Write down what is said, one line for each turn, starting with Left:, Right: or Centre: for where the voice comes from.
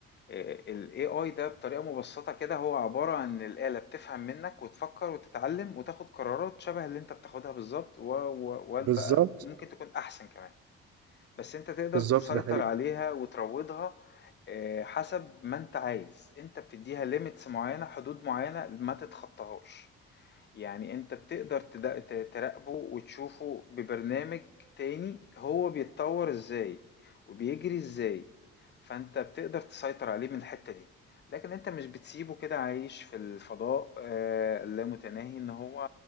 Left: الاي اي ده بطريقة مبسطة كده هو عبارة عن الآلة بتفهم منك وتفكر وتتعلم وتاخد قرارات شبه اللي انت بتاخدها بالظبط و- و-
Right: بالظبط
Left: وبقى ممكن تكون احسن كمان بس أنت تقدر
Right: بالظبط
Left: تسيطر
Right: ده حقيقي
Left: عليها وتروضها آه، حسب ما أنت عايز أنت بتديها ليميتس معينة حدود معينة ما تتخطاهاش يعني أنت بتقدر تد- ت- تراقبه وتشوفه ببرنامج تاني هو بيتطور إزاي وبيجري إزاي فأنت بتقدر تسيطر عليه من الحتة دي لكن أنت مش بتسيبه كده عايش في الفضاء آه، اللامتناهي إن هو